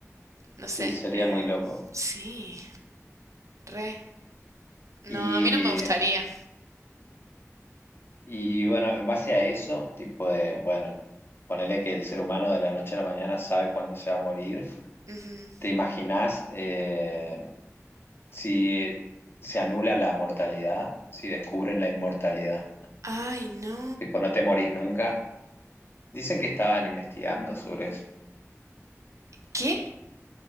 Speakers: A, on the right; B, on the left.
A: No
B: Sí,
A: sé.
B: sería
A: Eh,
B: muy loco.
A: sí, re. No,
B: Y,
A: a mí no me gustaría.
B: y bueno, en base a eso, tipo de, bueno, ponele que el ser humano de la noche a la mañana sabe cuándo se va a morir.
A: Ujú.
B: ¿Te imaginás eh, si se anula la mortalidad, si descubren la inmortalidad?
A: Ay, no.
B: Tipo, no te morís nunca. Dicen que estaban investigando sobre
A: ¿Qué?